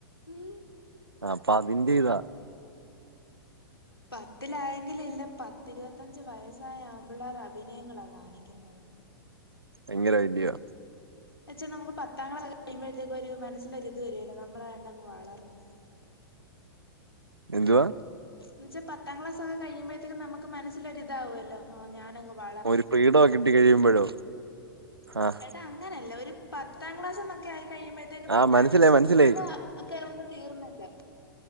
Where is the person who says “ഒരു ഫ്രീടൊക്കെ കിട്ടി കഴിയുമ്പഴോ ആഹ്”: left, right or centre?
Right